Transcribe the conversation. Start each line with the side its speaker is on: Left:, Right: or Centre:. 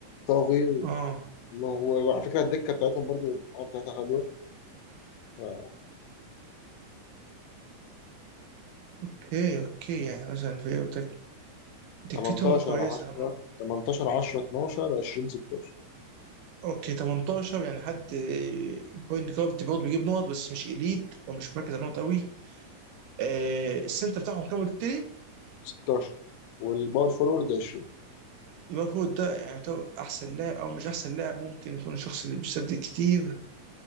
Left: طاغي و...
Right: اه
Left: وعلى فكره الدكه بتاعتهم برضو المجموعات بتاعتها حلوه آه،
Right: اوكي اوكي يعني مثلا فريق بتاك- دكتهم
Left: 18
Right: كويسه
Left: 10
Right: نوعاً ما.
Left: 18 10 12 20 16
Right: اوكي 18 يعني حد بوينت جارد برضه بيجيب نقط بس مش اليت ومش مركز على النقط قوي آه السنتر بتاعهم كام قلت لي؟
Left: 16 والباور فورورد 20
Right: يبقى فوق ده يعني يعتبر احسن لاعب او مش احسن لاعب ممكن يكون الشخص اللي بيسدد كتير